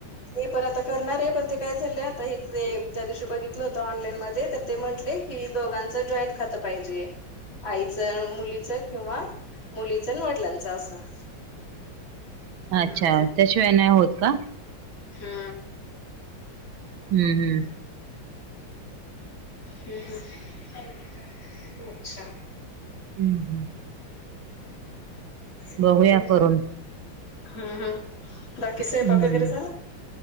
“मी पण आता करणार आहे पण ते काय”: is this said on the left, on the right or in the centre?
Left